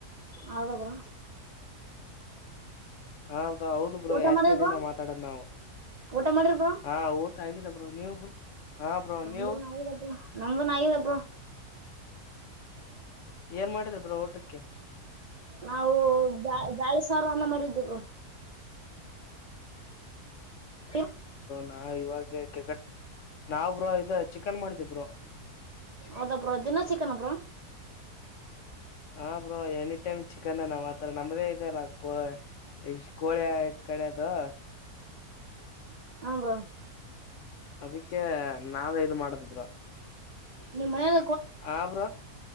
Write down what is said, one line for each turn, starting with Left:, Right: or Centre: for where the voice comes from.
Right: ಹೌದ ಬ್ರೂ
Left: ಹೌ ಹೌದು ಬ್ರೋ
Right: ಊಟ
Left: ಯಾಕಿಯದಿಂದ
Right: ಮಾಡಿದ್ರಿ ಬ್ರೋ
Left: ಮಾತಾಡದ್ ನಾವು
Right: ಊಟ ಮಾಡಿದ್ರಿ
Left: ಹ. ಆಗಿದೆ ಬ್ರೋ ನೀವು ಬ್ರೋ. ಹಾ ಬ್ರೋ
Right: ನಮ್ದು
Left: ನೀವು
Right: ನಿದಬ್ರು ನಮ್ದು ನಾಯಿದಬ್ರು.
Left: ಏನ್ ಮಾಡಿದ್ರಿ ಬ್ರೋ. ಟ್ಟಕ್ಕೆ.
Right: ನಾವು ದಾ ದಾಳಿ ಸಾರನ್ನ ಮಾಡಿದ್ದೇವ. ಹ.
Left: ನಾ ಇವಾಗ ಕೆಗಟ್ಟ. ನಾವವುರ ಇದ ಚಿಕನ್ ಮಾಡಿದ್ದೇ. ಅ್ರ.
Right: ಹೌದಬ್ರ ದಿನಾ ಚಿಕನ್ಬ್ರ.
Left: ಹ ಬ್ರೋ ಎನಿ ಟೈಮ್ ಚಿಕನ್ ನಾವ್ ಆತರ ನಮ್ಮ್ದೇ ಇದಲ್ಲ. ಇ ಕೋಳೆ ಕಡೆ ಅದು.
Right: ಹ ಬ್ರೊ
Left: ಅದಕ್ಕೆ ನಾವೇ ಇದು ಮಾಡದಿದ್ರ
Right: ನಿಮ್ಮನಾಗ
Left: ಆ ಬ್ರ